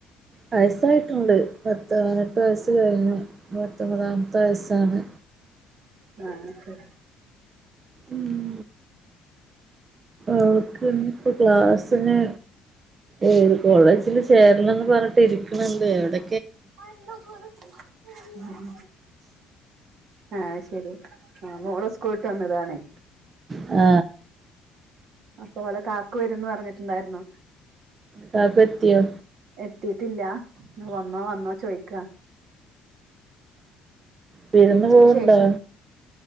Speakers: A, on the right; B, on the right.
A: വയസ്സായിട്ടുണ്ട് പത്ത്പതിനെട്ട് വയസ്സ് കഴിഞ്ഞു പത്തൊമ്പതാമത്തെ വയസ്സാണ്
B: ആ ശരി
A: ഉം ഓക്കിന്ന് പ്പ ക്ലാസ്ന് ഏ ഇത് കോളേജില് ചേരണന്ന് പറഞ്ഞിട്ട് ഇരിക്കണെണ്ട് എവിടെ
B: <unintelligible> ഇം ഇം ആ ശരി ആ മോള് സ്കൂള്ട്ട് വന്നതാണേ
A: ആ
B: അപ്പൊ അവടെ കാക്ക വരുന്ന് പറഞ്ഞിട്ടുണ്ടായിരുന്നൊ
A: കാക്കു എത്തിയോ
B: എത്തിയിട്ടില്ല വന്നോ വന്നോ ചോയ്ക്ക
A: വിരുന്ന്
B: ഉച്ചക്ക്
A: പോവ്ണ്ടോ
B: ശേഷം